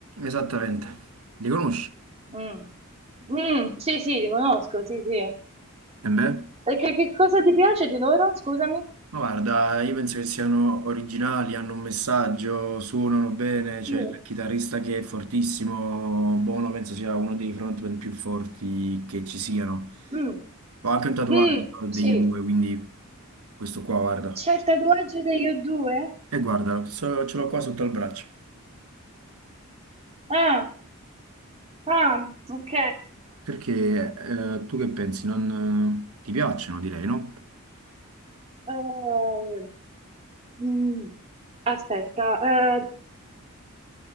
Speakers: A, on the right (about 80°); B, on the right (about 30°).
A: Esattamente, li conosci?
B: Mm. Mm, sì, sì, li conosco, sì, sì.
A: E beh?
B: Perché che cosa ti piace di loro? Scusami.
A: Ma guarda, io penso che siano originali, hanno un messaggio, suonano bene,
B: Sì.
A: c'è il chitarrista che è fortissimo, Bono penso sia uno dei frontman più forti che ci siano.
B: Mm,
A: Ho anche un tatuaggio
B: mm,
A: degli
B: sì.
A: due, quindi questo qua guarda.
B: C'è il tatuaggio degli O2?
A: E guarda, so- ce l'ho qua sotto al braccio.
B: Ah, ah, ok.
A: Perché eh, tu che pensi? Non, eh, ti piacciono, direi, no?
B: Eh, mm, aspetta, eh,